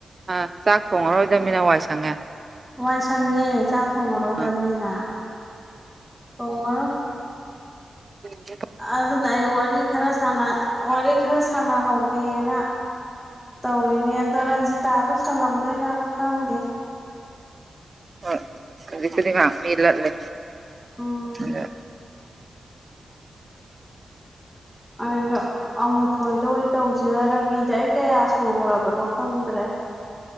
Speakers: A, on the right; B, in the centre.
A: ꯑ ꯆꯥꯛ ꯊꯣꯡꯉꯔꯣꯏꯗꯕꯅꯤꯅ ꯋꯥꯏ ꯁꯪꯉꯦ
B: ꯋꯥꯏ ꯁꯪꯉꯦ ꯆꯥꯛ ꯊꯣꯡꯉꯔꯣꯏꯗꯕꯅꯤꯅ
A: ꯑꯥ
B: ꯊꯣꯡꯉꯔꯣꯏ
A: ꯑꯗꯨ
B: ꯑꯗꯨꯅ ꯑꯩ ꯋꯥꯔꯤ ꯈꯔ ꯁꯥꯟꯅ ꯋꯥꯔꯤ ꯈꯔ ꯁꯥꯟꯅꯍꯧꯦ ꯦꯅ ꯇꯧꯅꯤꯗꯣ ꯇꯥꯗꯣ ꯁꯪꯉꯝꯗꯣꯏꯖꯥꯠꯂꯥ ꯈꯪꯗꯦ
A: ꯍꯣꯏ ꯑꯗꯨꯔꯤ ꯀꯔꯤ ꯉ ꯃ ꯂꯂ
B: ꯎꯝ
A: ꯑꯗꯣ
B: ꯑꯩꯗꯣ ꯑꯃꯨꯊꯣꯏꯗ ꯑꯣꯏ ꯇꯧꯁꯤꯔ ꯔꯕꯤꯗ ꯑꯩ ꯀꯌꯥ ꯁꯨꯈ꯭ꯔꯕꯅꯣ ꯈꯪꯗ꯭ꯔꯦ